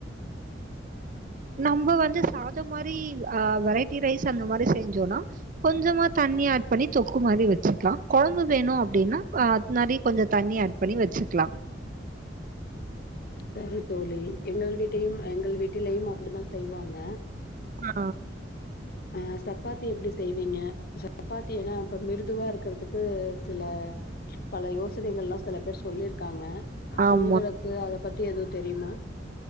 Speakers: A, on the right; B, on the left.
A: நம்ம வந்து சாதம் மாரி அ வெரைட்டி ரைஸ் அந்த மாரி செஞ்சோம்னா கொஞ்சமா தண்ணி ஆட் பண்ணி தொக்கு மாரி வச்சுக்கலா கொழம்பு வேணு அப்டின்னா அ நெறைய கொஞ்சோ தண்ணி ஆட் பண்ணும் பண்ணி வச்சுக்கலா
B: சரி தோழி எங்கள் வீட்டையும் எங்கள் வீட்டிலயும் அப்டித்தா செய்வாங்க
A: அ
B: அ சப்பாத்தி எப்டி செய்வீங்க சப்பாத்தி ஏன்னா இப்ப மிருதுவா இருக்கிறதுக்கு சில பல யோசனைகள் எல்லா சில பேர் சொல்லியிருக்காங்க
A: ஆமா
B: உங்களுக்கு கு அத பத்தி எதுவு தெரியுமா